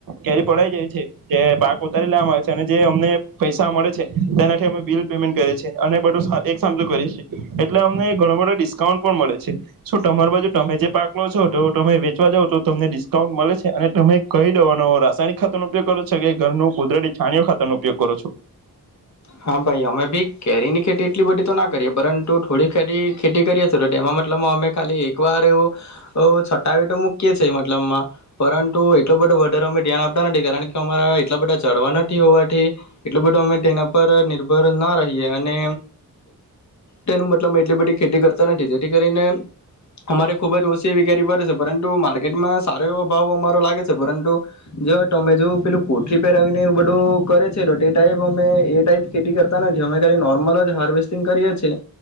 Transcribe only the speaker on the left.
હા ભાઈ અમે બી કેરી ની ખેતી એટલી બધી તો ના કરીએ પરંતુ થોડી ખ ખેતી કરીએી તો એમાં મતલબ અમે ખાલી એકવાર એવું છટાવી તો મૂકીએ છીએ મતલબમાં પરંતુ એટલો બધો વધારે અમે ધ્યાન આપતા નથી કારણ કે અમારા એટલા બધા ચડવા નથી હોવાથી એટલું બધું અમે તેના પર નિર્ભર ના રહીએ અને તેનું મતલબ એટલી બધી ખેતી કરતા નથી. જેથી કરીને અમારે ખુબ જ ઓછી એવી કેરી પડે છે પરંતુ કેટમાં સારો એવો ભાવ અમારો લાગેછ. પરંતુ જો તમે જો પેલું કોઠી પહેરાવીનેવું બધું કરે છે તો તે ટાઈપ અમે એ ટાઈપ ખેતી કરતા નથી અમે ખાલી નોર્મલ જ હાર્વેસ્ટિંગ કરીએ છીએ